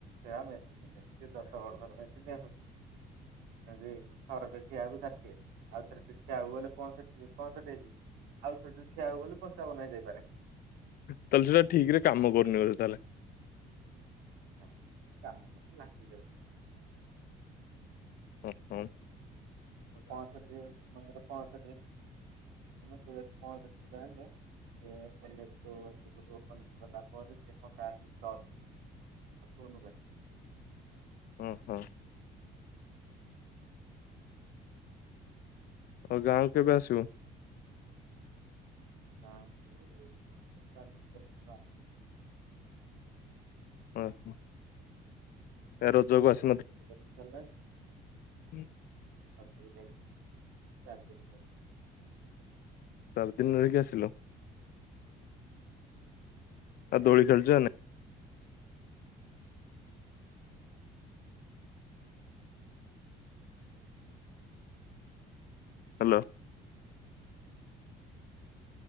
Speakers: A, on the right; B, on the left.
A: ଏହା ମେସିନ୍ ସେମିତି ଦଶ ବର୍ଷର ମେସିନ୍ ଆଉ କଣ ଯଦି ଥରକେ ଠିଆହବୁ ଷାଠିଏ ଆଉ ଥରେ ଠିଆବୁ ଗଲେ ପଅଁଷଠି, ପଅଁଷଠି ହେଇଯିବୁ। ଆଉ ଥରେ ଯଦି ଠିଆ ହବୁ ବୋଲି, ପଞ୍ଚାବନ ହେଇଯାଇପାରେ।
B: ତାହେଲେ ସେଟା ଠିକ୍ ରେ କାମ କରୁନି ବୋଧେ ତାହେଲେ।
A: ନା, ଏହା କାମ କରୁନି ଲାଗିଯାଉଛି ମଝିରେ ମଝିରେ।
B: ହୁଁ ହୁଁ।
A: ପଅଁଷଠି ମନେକର ପଅଁଷଠି, ମାନେ ଯଦି ପଅଁଷଠି କିଲୋ ହେଲେ। ସେ ଓ୍ଲେଖଠୁ <unintelligible> ଅଶି ଫୁଟ ଉପର ଗଲା ପରେ ସେ କଣ୍ଟା ଆସି ଦଶ ରେ ରହିବ। <unintelligible>
B: ହୁଁ ହଉ। ଆପଣ ଗାଁକୁ କେବେ ଆସିବ?
A: ଯାଆନ୍ତୁ ଡାର୍ଜିଲିଂ ବୋଲି ଯିବା। <unintelligible>
B: ଉ ହୁ, ଏ ରଜକୁ ଆସି----।
A: ବି ଚାଲିଲ <unintelligible>
B: ହୁଁ
A: ହଁ ଯଥିଲ ଚାର ଯ <unintelligible>
B: ଚାରିଦିନ ରହିକି ଆସିଲ। ଆଉ ଦୋଳି ଖେଳଛ <unintelligible> ହାଲୋ